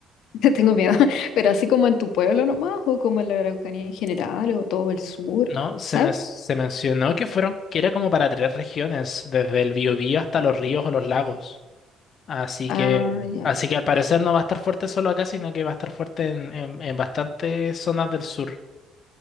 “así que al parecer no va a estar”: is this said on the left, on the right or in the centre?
Left